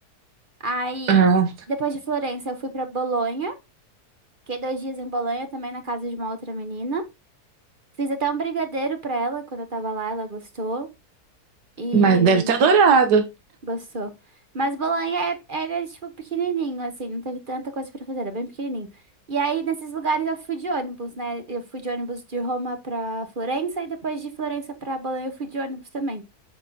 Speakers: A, on the right; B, on the right.
A: Aí,
B: Ah,
A: depois de Florença, eu fui pra Bolonha. Fiquei dois dias em Bolonha, também na casa de uma outra menina. Fiz até um brigadeiro pra ela quando eu tava lá, ela gostou. e
B: Mas deve ter adorado.
A: Gostou. Mas Bolonha é- era, tipo, pequenininho, assim, não teve tanta coisa pra fazer, era bem pequenininho. E aí, nesses lugares, eu fui de ônibus, né? Eu fui de ônibus de Roma pra Florença e depois de Florença pra Bolonha eu fui de ônibus também.